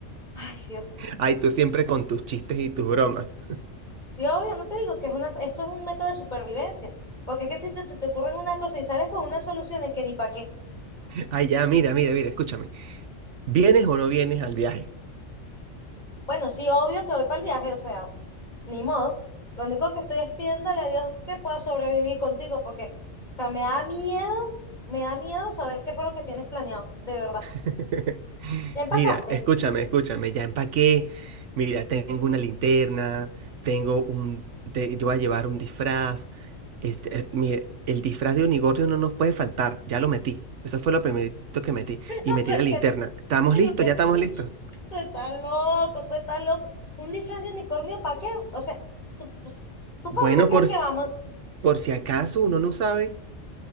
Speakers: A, on the left (about 35°); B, on the right (about 70°).
A: Ay, Dios.
B: Ay, tú siempre con tus chistes y tus bromas.
A: Yo yo no te digo que es una, esto es un método de supervivencia, porque es que si te- se te ocurren unas cosas y sales con unas soluciones que ni para qué.
B: Ay, ya, mira, mira, mira, escúchame. ¿Vienes o no vienes al viaje?
A: Bueno, sí, obvio que voy para el viaje, o sea. ni modo. Lo único que estoy es pidiéndole a Dios que pueda sobrevivir contigo, porque, o sea, me da miedo, me da miedo saber qué fue lo que tienes planeado, de verdad.
B: <laughs>
A: Ya empacaste,
B: Mira, escúchame,
A: <laughs>
B: escúchame, ya empaqué. Mira, tengo una linterna, tengo un, te- yo voy a llevar un disfraz. Este, eh, mire, el disfraz de unicornio no nos puede faltar, ya lo metí. Eso fue lo primerito que metí.
A: pero
B: Y metí
A: tú es
B: la linterna.
A: que,
B: ¿Estamos
A: pero
B: listos?
A: que
B: ¿Ya estamos
A: tú,
B: listos?
A: tú estás loco, tú estás loco. Un disfraz de unicornio, ¿para qué? O sea, ¿tú, tú
B: Bueno,
A: para dónde crees
B: por,
A: que
B: s-
A: vamos?
B: por si acaso uno no sabe.